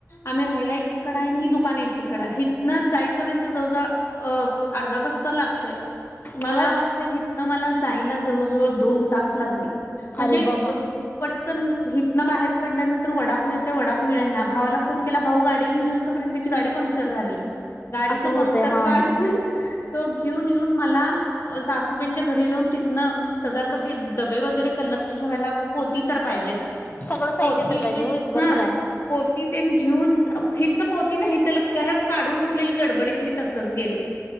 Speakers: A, on the left (about 55°); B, on the left (about 40°).
A: आम्ही राहिला एकीकड आहे आणि दुकान एकीकड हिथनं जाईपर्यंत जवळजवळ अ अर्धा तास तर लागतोय.
B: होय
A: मला वाटतं हथनं मला जायला जवळ जवळ दोन तास लागले. म्हणजे
B: अरे बाबा
A: अ पटकन हथनं बाहेर पडल्यानंतर वडाप मिळते वडाप मिळेना भावाला फोन केला भाऊ गाडी घेऊन येऊस र्यंत त्याची गाडी पंक्चर झाली गाडीचं
B: असं
A: पंक्चर
B: होतंय हा
A: काढून तो घेऊन येऊन मला सासूबाईच्या घरी जाऊन तिथनं सगळं आता ते डबे वगैरे कलरची ठेवायला पोती तर पाहिजेत.
B: सगळं साहित्य
A: पोती
B: तर पाहिजे
A: तेन
B: होय की बरोबर
A: हा.
B: आहे
A: पोती ते घेऊन हितन पोती नाही चला घरात काढून ठेवलेली गडबडीत मी तसच गेलो.